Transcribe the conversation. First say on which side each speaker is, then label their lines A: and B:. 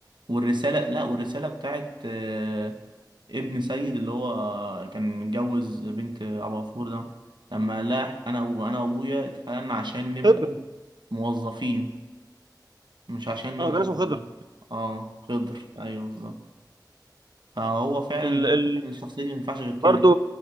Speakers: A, on the right; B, on the right.
A: والرساله لا والرساله بتاعت آه، ابن سيد اللي هو كان متجوز بنت ابو غفور ده لما لا انا وانا وابويا اتخلقنا عشان نبقى
B: خضر
A: موظفين مش عشان نبقى
B: اه كان اسمه خضر
A: اه خضر ايوه بالظبط فهو فعلا
B: ال
A: هو
B: ال
A: الشخصية دي ما ينفعش غير كده
B: برضو